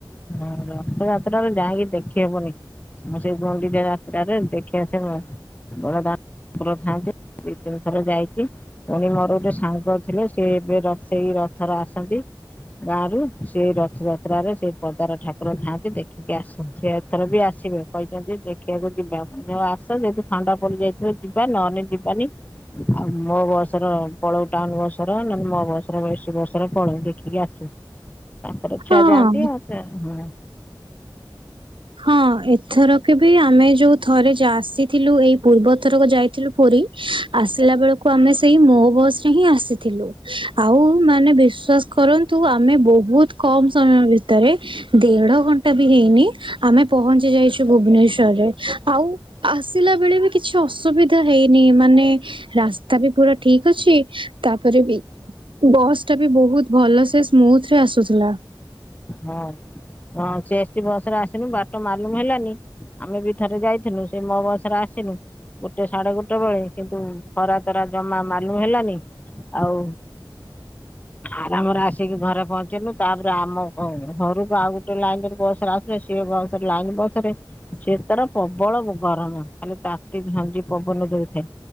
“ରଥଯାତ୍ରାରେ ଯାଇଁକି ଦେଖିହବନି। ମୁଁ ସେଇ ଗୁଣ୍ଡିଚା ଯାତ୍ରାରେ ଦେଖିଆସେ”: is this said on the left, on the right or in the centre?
Left